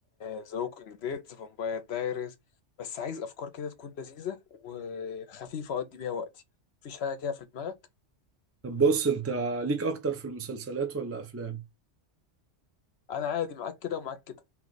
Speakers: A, on the left; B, on the right.
A: ذا ووكينج ديد ذا فامباير دايريز بس عايز افكار كده تكون لذيذه وخفيفه اقضي بيها وقتي مفيش حاجه كده في دماغك
B: طب بص انت ليك اكتر في المسلسلات ولا افلام
A: انا عادي معاك كده ومعاك كده